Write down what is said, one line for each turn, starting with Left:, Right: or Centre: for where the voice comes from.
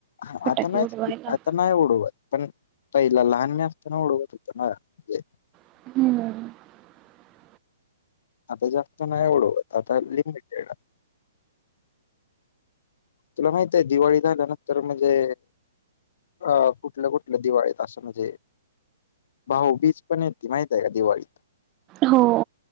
Left: हा
Right: फटाके
Left: आता नाही
Right: उडवायला
Left: आता नाही उडवत पण पहिला लहान मी असताना उडवत होतो ना <inaudible>
Right: <inaudible>
Left: आता जास्त नाय उडवत आता लिमिटेड तुला माहित आहे दिवाळी झाल्यानंतर म्हणजे अ कुठलं कुठलं दिवाळीत अस म्हणजे भाऊबीज पण येती माहित आहे का दिवाळीत
Right: हो